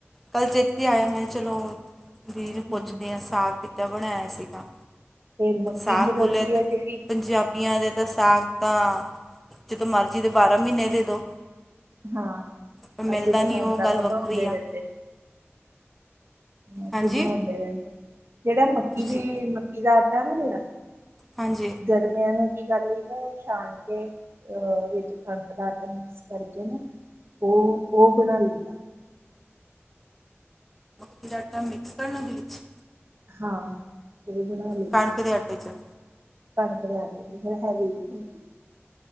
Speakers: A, in the centre; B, on the right.
A: ਕੱਲ ਚੇਤੇ ਆਇਆ, ਮੈਂ ਚਲੋ ਦੀ ਨੂੰ ਪੁੱਛਦੇਆਂ
B: ਹਮ,
A: ਸਾਗ ਕਿੱਦਾਂ ਬਣਾਇਆਂ ਸੀਗਾ?
B: ਤੇ ਮੱਕੀ
A: ਸਾਗ
B: ਦੀ
A: ਬੋਲਿਆਂ
B: ਰੋਟੀ
A: ਤੇ,
B: ਹੈ ਜਿਹੜੀ
A: ਪੰਜਾਬੀਆਂ ਦੇ ਤਾਂ ਸਾਗ ਦਾ, ਜਦੋਂ ਮਰਜ਼ੀ ਜੀਦੇ ਬਾਰਾਂ ਮੀਨੇ ਦੇ ਦੋ
B: ਹਾਂ,
A: ਪਰ ਮਿਲਦਾ
B: ਅਸੀਂ ਤਾਂ
A: ਨਹੀਂ
B: ਹੁਣ
A: ਉਹ
B: ਤੱਕ
A: ਗੱਲ ਵੱਖਰੀ
B: ਬਣਾਉਂਦੇ
A: ਆ
B: ਰਹਿੰਦੇ ਅਸੀਂ
A: ਹਾਂਜੀ
B: ਬਣਾਉਂਦੇ ਰਹਿੰਦੇ, ਜੇੜਾ ਮੱਕੀ
A: ਤੁਸੀਂ
B: ਦੀ, ਮੱਕੀ ਦਾ ਆਟਾ ਨਾ ਜੇੜਾ
A: ਹਾਂਜੀ।
B: ਗਰਮੀਆਂ ਨੂੰ ਕੀ ਕਰ ਲਈ ਦਾ ਏ, ਛਾਨ ਕੇ, ਏ ਵਿੱਚ ਕਣਕ ਦਾ ਆਟਾ ਮਿਕਸ ਕਰ ਓਹ, ਓ ਬਨਾ ਲਈ
A: ਫਿਰ ਆਟਾ ਮਿਕਸ ਕਰਨਾ ਉਦੇ ਵਿੱਚ
B: ਹਾਂ ਬਣਾ <unintelligible>
A: ਕਣਕ ਦੇ ਆਟੇ ਚ
B: ਕਣਕ ਦੇ ਆਟੇ ਚ <unintelligible> ਨੀ ਹੁੰਦੀ